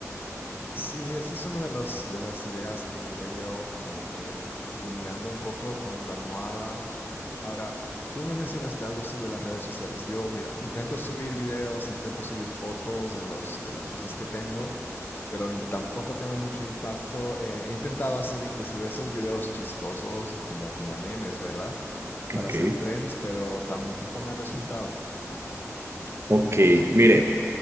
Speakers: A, on the left (about 40°); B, on the right (about 55°).
A: Sí, esa es una de las, de las ideas que he venido como que rumiando un poco con la almohada. Ahora, tú me mencionaste algo sobre las redes sociales. Yo, mira, intento subir videos, intento subir fotos de los, de las cosas que tengo, pero n- tampoco tengo mucho impacto. Eh, he intentado hacer inclusive esos videos chistosos como, como memes, ¿verdad? Para
B: Ok,
A: hacer trends, pero tampoco me ha resultado.
B: Ok, mire,